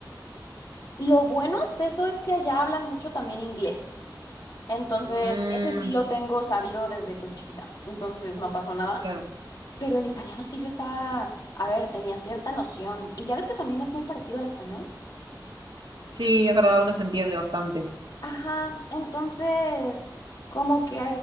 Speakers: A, on the left; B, on the right.
A: Lo bueno hasta eso es que allá hablan mucho también inglés. Entonces,
B: Mm,
A: ese sí lo tengo sabido desde pues chiquita. Entonces, no pasó nada.
B: claro.
A: Pero el italiano sí yo estaba, a ver, tenía cierta noción. Y ya ves que también es muy parecido al español.
B: Sí, es verdad, uno se entiende bastante.
A: Ajá, entonces, como que,